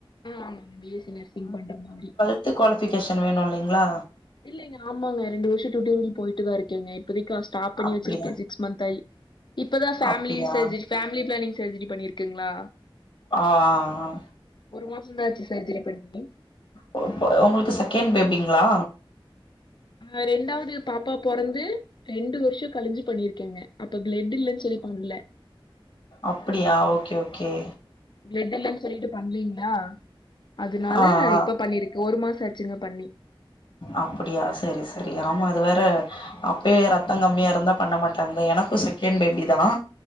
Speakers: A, on the left; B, on the left.
A: ஆமா பி எஸ் சி நர்சிங் பண்ற மாரி
B: வித் குவாலிபிகேஷன் வேணு இல்லைங்ளா
A: இல்லைங்க ஆமாங்க ரெண்டு வர்ஷோ டுட்டோரியல் பொயிட்டுதா இருக்கேங்க இப்போதைக்கு ஹஸ்டல் ஸ்டாப் பண்ணி
B: அப்டியா
A: வச்சுருக்கே சிக்ஸ் மந்த் ஆகி இப்பதா ஃபேமிலி
B: அப்டியா
A: சர்ஜரி ஃபேமிலி ப்ளானிங் சர்ஜரி பண்ணியிருக்குங்ளா
B: ஆ ஆ
A: மாசம் தான் ஆச்சு சர்ஜரி பண்ணி.
B: போ இப்ப உங்களுக்கு செகண்ட் பேபிங்ளா
A: ஆ ரெண்டாவது பாப்பாப் பொறந்து ரெண்டு வருஷோ கழிஞ்சு பண்ணியிருக்கேங்க அப்ப ஃப்ளெட் இல்லன்னு சொல்லி பண்ல
B: அப்டியா ஓகே ஓகே
A: பிளெட் இல்லன்னு சொல்லிட்டு பண்லீங்களா அதனால
B: ஆ ஆ
A: இப்ப பண்ணிருக் ஒரு மாசம் ஆச்சிங்க பண்ணி
B: அப்டியா சரி சரி ஆமா அது வேற அப்பே ரெத்தம் கம்மியா இருந்தா பண்ண மாட்டாங்க எனக்கு செக் கன் பேபி தான்